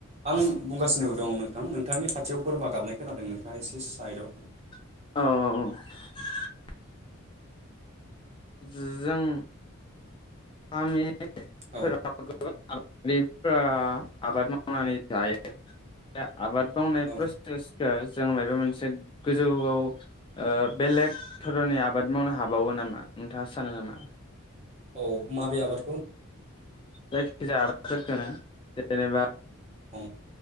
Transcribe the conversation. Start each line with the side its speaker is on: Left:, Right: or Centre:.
Right: आं बुंगासिनो दङ नोंथां नोंथांनि खाथियाव बोरमा गाबनाय खोनादों नोंथाङा एसे साइदआव थां
Left: औ जों आ
Right: थां
Left: फोराव
Right: औ
Left: गोबां <unintelligible> आबाद मावनानै जायो आबाद मावनाय
Right: औ
Left: प्रसेसखौ जों मायबा मोनसे मोनसे गोजौआव ओ बेलेग धरननि आबाद मावनो हाबावो नामा नोंथाङा सानो नामा
Right: औ माबे आबाद
Left: जायखि जाया आबाद फोरखौनो जेनेबा
Right: औ